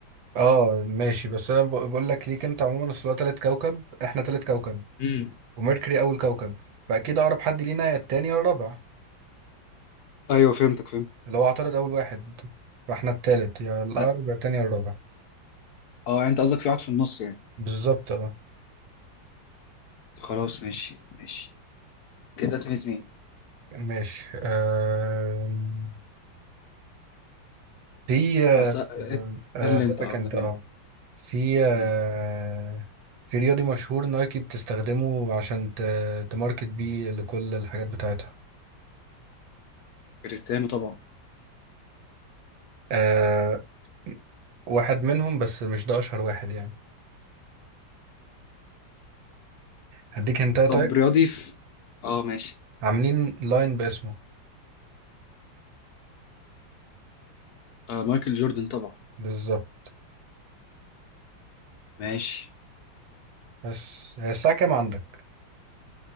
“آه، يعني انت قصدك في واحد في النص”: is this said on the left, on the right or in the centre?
Left